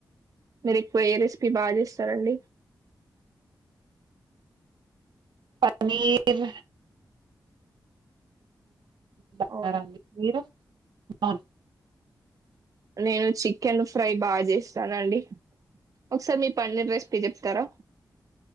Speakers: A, on the right; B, on the right.
A: మీరు ఎక్కువ ఏ రెసిపీ బాగా చేస్తారండి
B: పనీర్ బడి
A: అవును
B: పరు <unintelligible> <unintelligible>
A: నేను చికెన్ ఫ్రై బాగా చేస్తానండి ఒకసారి మీ పన్నీర్ రెసిపీ చెప్తారా